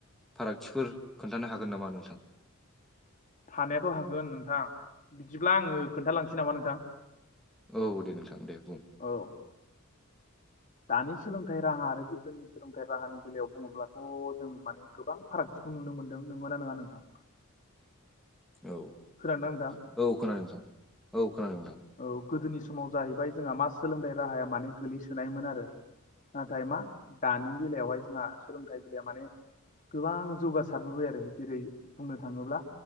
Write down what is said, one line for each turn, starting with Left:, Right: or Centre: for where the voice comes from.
Centre: फारागथिफोर खोन्थानो हागोन नामा नोंथां?
Left: हाथ' हागोन नोंथां बिदिब्ला आङो खोन्थालांसै नामा नोंथां?
Centre: औ दे नोंथां दे बुं
Left: औ। दानि सोलोंथाइ राहा आरो गोदोनि सोलोंथाइ राहानि बेलायाव बुङोब्लाथ' जों माने गोबां फारागथि खौ नुनो मोनदों नों मोना नङा नोंथां।
Centre: औ औ
Left: खोनादोंना नोंथां
Centre: खोनादों नोंथां औ खोनादों नोंथां।
Left: औ गोदोनि समाव जाहैबाय जोंहा मा सोलोंथाइ राहाया माने गोग्लैसोनायमोन आरो नाथाय मा दानि बेलायावहाय जोंहा सोलोंथाइ बेलाया माने गोबां जौगासारबोबाय आरो जेरै बुंनो थाङोब्ला